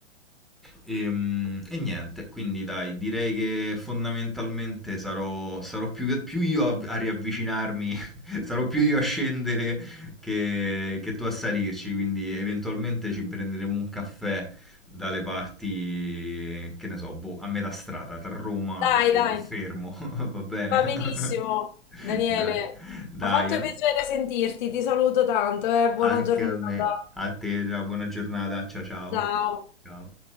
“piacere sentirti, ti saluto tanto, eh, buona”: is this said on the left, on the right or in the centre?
Left